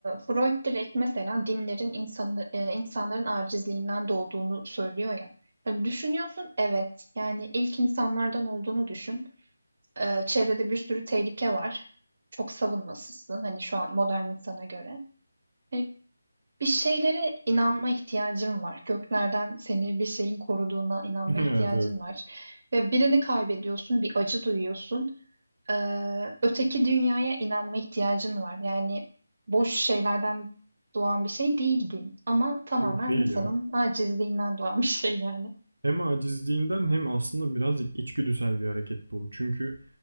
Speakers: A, on the right (about 50°); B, on the right (about 80°).
A: Freud direkt mesela dinlerin insanı, e, insanların acizliğinden doğduğunu söylüyor ya. Yani düşünüyorsun evet yani ilk insanlardan olduğunu düşün. E, çevrede bir sürü tehlike var. Çok savunmasızsın hani şu an modern insana göre. Hani bir şeylere inanma ihtiyacın var. Göklerden seni bir şeyin koruduğuna inanma
B: <laughs> Evet
A: ihtiyacın
B: evet.
A: var. Ve birini kaybediyorsun, bir acı duyuyorsun. Ee, öteki dünyaya inanma ihtiyacın var. Yani boş şeylerden doğan bir şey değil din. Ama tamamen
B: Yok değil
A: insanın
B: ya.
A: acizliğinden doğan <laughs> bir şey yani.
B: Hem acizliğinden hem aslında birazcık içgüdüsel bir hareket bu. Çünkü